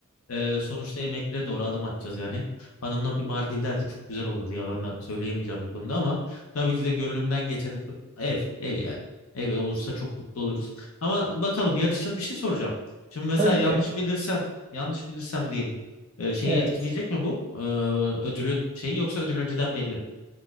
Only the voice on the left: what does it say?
Ee, sonuçta emekliye doğru adım atacağız yani. Hanımla bir Maldivler de çok güzel olurdu. Yalan da söyleyemeyeceğim bu konuda ama tabii ki de gönlümden geçen ev, ev yani. Ev olursa çok mutlu oluruz. Ama bakalım yarışacağız bir şey soracağım. Şimdi mesela
yanlış
bilirsem, yanlış bilirsem diyelim. Ee, şeyi
etkileyecek mi bu? Ee, ödülün şeyi yoksa ödül önceden belli mi?